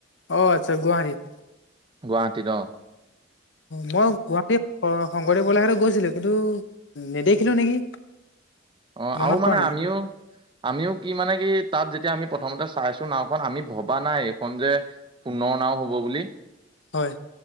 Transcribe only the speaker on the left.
অহ, আচ্ছা গুৱাহাটীত
মই গুৱাহাটী শংকৰদেৱ গোলাঘাটত গৈছিলো, কিন্তু নেদেখিলো নেকি
মনত
পৰা নাই
হয়।